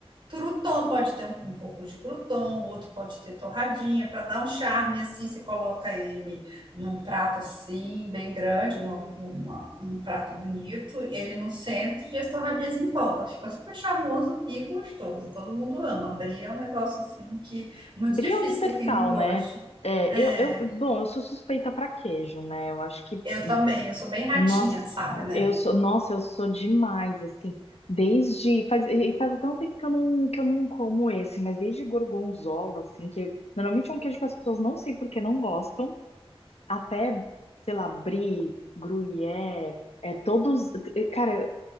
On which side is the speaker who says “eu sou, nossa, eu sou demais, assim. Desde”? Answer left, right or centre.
Left